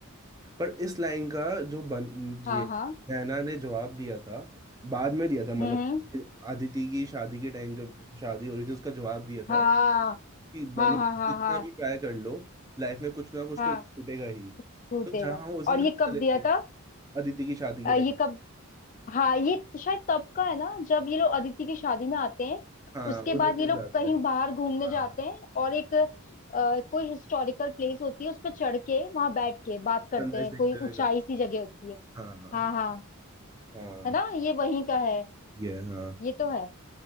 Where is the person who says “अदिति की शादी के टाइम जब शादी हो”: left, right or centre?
Right